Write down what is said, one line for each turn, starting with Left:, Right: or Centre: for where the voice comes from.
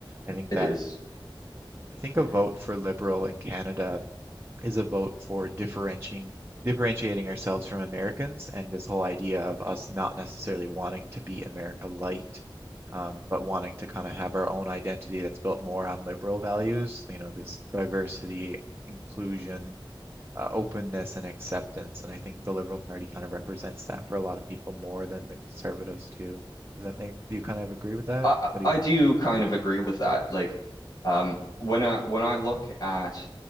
Right: I think
Left: It
Right: that
Left: is.
Right: I think
Left: It
Right: a vote
Left: is.
Right: for Liberal in Canada is a vote for differentiating differentiating ourselves from Americans and this whole idea of us not necessarily wanting to be America light, um, but wanting to kind of have our own identity that's built more on liberal values, you know, this diversity, inclusion, uh, openness, and acceptance. And I think the Liberal Party kind of represents that for a lot of people more than the conservatives do. Does that make, do you kind of agree with that?
Left: I
Right: What do
Left: I
Right: you think?
Left: do kind of agree with that. Like, um,
Right: Mm,
Left: when I when I look at